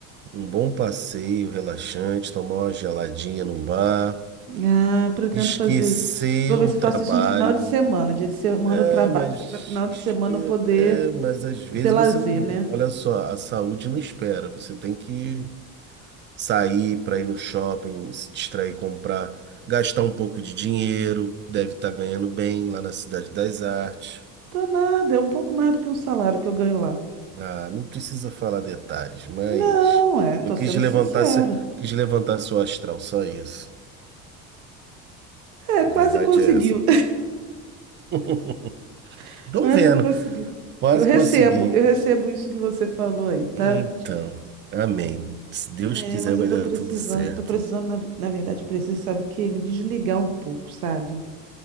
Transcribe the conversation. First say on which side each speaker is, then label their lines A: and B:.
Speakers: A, on the right (about 30°); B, on the right (about 85°).
A: um bom passeio relaxante, tomar uma geladinha num bar,
B: Ah, pretendo
A: esquecer
B: fazer. Eu vou ver
A: o
B: se
A: trabalho.
B: eu faço isso no final de semana. Dia de semana
A: É,
B: eu trabalho,
A: mas
B: para final
A: esque-
B: de semana eu poder
A: é, mas às vezes
B: ser lazer,
A: você não,
B: né?
A: olha só, a saúde não espera. Você tem que sair para ir no shopping, se distrair, comprar, gastar um pouco de dinheiro, deve estar ganhando bem lá na Cidade das Artes.
B: Tô nada, é um pouco mais do que um salário que eu ganho lá.
A: Ah, não precisa falar detalhes, mas
B: Não, é, tô
A: eu quis
B: sendo
A: levantar,
B: sincera.
A: se- quis levantar seu astral, só isso.
B: É,
A: A
B: quase
A: verdade
B: conseguiu.
A: é essa. <laughs>
B: <laughs>
A: Tô
B: Quase
A: vendo,
B: conseguiu.
A: quase
B: Eu recebo,
A: consegui.
B: eu recebo isso que você falou aí, tá?
A: Então, amém. Se Deus
B: É,
A: quiser,
B: mas
A: vai
B: eu tô
A: dar
B: precisando,
A: tudo certo.
B: tô precisando, na, na verdade, eu preciso, sabe o quê? Me desligar um pouco, sabe?